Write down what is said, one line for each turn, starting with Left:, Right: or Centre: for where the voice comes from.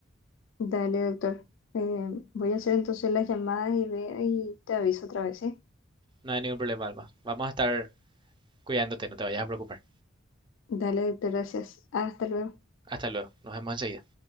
Left: Dale, doctor. Eh, voy a hacer entonces las llamadas y veo y te aviso otra vez, ¿sí?
Right: No hay ningún problema, Alma. Vamos a estar cuidándote, no te vayas a preocupar.
Left: Dale, doctor, gracias. Hasta luego.
Right: Hasta luego, nos vemos enseguida.